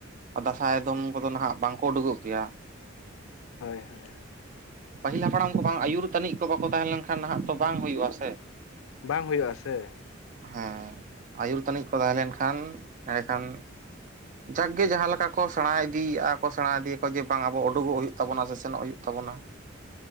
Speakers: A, on the right (about 40°); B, on the left (about 80°).
A: ᱟᱨ ᱫᱟᱸᱥᱟᱭ ᱫᱚᱱ ᱠᱚᱫᱚ ᱱᱟᱦᱟᱸᱜ ᱵᱟᱝ ᱠᱚ ᱩᱰᱩᱠᱚᱜ ᱜᱮᱭᱟ
B: ᱦᱚᱭ ᱦᱚᱭ ᱦᱳ᱾
A: ᱯᱟᱹᱦᱤᱞ ᱦᱟᱯᱲᱟᱢ ᱠᱚ ᱵᱟᱝ ᱟᱹᱭᱩᱨ ᱛᱟᱹᱱᱤᱡ ᱠᱚ ᱵᱟᱠᱚ ᱛᱟᱦᱮᱸ ᱞᱮᱱᱠᱷᱟᱱ ᱱᱟᱦᱟᱸᱜ ᱛᱚ ᱵᱟᱝ ᱦᱩᱭᱩᱜ-ᱟ ᱥᱮ᱾
B: ᱵᱟᱝ ᱦᱩᱭᱩᱜ-ᱟ ᱥᱮ᱾
A: ᱦᱮᱸ ᱟᱭᱩᱨ ᱛᱟᱹᱱᱤᱡ ᱠᱚ ᱛᱟᱦᱮᱸ ᱞᱮᱱᱠᱷᱟᱱ ᱮᱸᱰᱮᱠᱷᱟᱱᱼᱼ ᱡᱟᱸᱠ ᱜᱮ ᱡᱟᱦᱟᱸ ᱞᱮᱠᱟ ᱠᱚ ᱥᱮᱬᱟ ᱤᱫᱤᱭᱮᱜ-ᱟ ᱠᱚ ᱥᱮᱬᱟ ᱤᱫᱤ ᱭᱟᱠᱚ ᱡᱮ ᱵᱟᱝ ᱟᱵᱚ ᱩᱰᱩᱜᱚᱜ ᱦᱩᱭᱩᱜ ᱛᱟᱵᱚᱱᱟ ᱥᱮᱱᱚᱜ ᱦᱩᱭᱩᱜ ᱛᱟᱵᱚᱱᱟ᱾